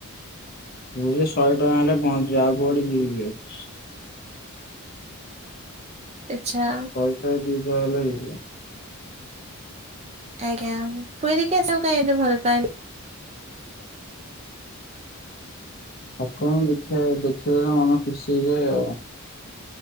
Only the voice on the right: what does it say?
ଆଚ୍ଛା।
ଆଜ୍ଞା। ପୁୁରୀକି ଆସିବାକୁ କାଇଁକି ଏତେ ଭଲ ପାଆନ୍ତି?